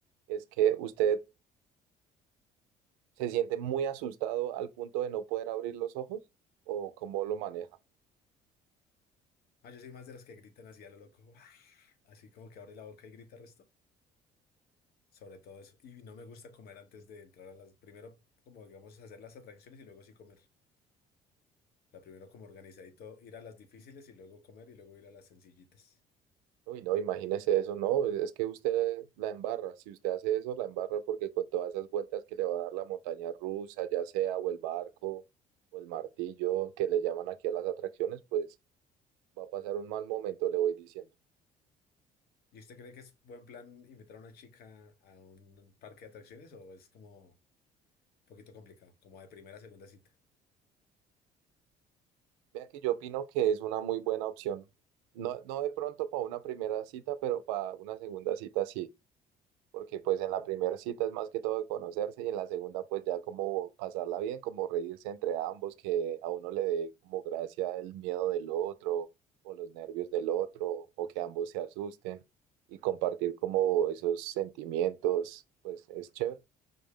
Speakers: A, on the right; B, on the left.
A: es que usted se siente muy asustado al punto de no poder abrir los ojos o cómo lo maneja.
B: Ah, yo soy más de los que gritan así a lo loco, <laughs> ¡guau! así como que abre la boca y grita el resto. Sobre todo eso. Y no me gusta comer antes de entrar a las... Primero, como digamos, hacer las atracciones y luego sí comer. O sea, primero como organizadito, ir a las difíciles y luego comer y luego ir a las sencillitas.
A: Uy, no, imagínese eso, no, es que usted la embarra, si usted hace eso, la embarra porque con todas esas vueltas que le va a dar la montaña rusa, ya sea, o el barco, o el martillo, que le llaman aquí a las atracciones, pues va a pasar un mal momento, le voy diciendo.
B: ¿Y usted cree que es buen plan invitar a una chica a un parque de atracciones o es como un poquito complicado, como de primera a segunda cita?
A: Vea que yo opino que es una muy buena opción, no, no de pronto para una primera cita, pero para una segunda cita sí. porque pues en la primera cita es más que todo de conocerse y en la segunda pues ya como pasarla bien, como reírse entre ambos, que a uno le dé como gracia el miedo del otro o los nervios del otro o que ambos se asusten y compartir como esos sentimientos, pues es chévere.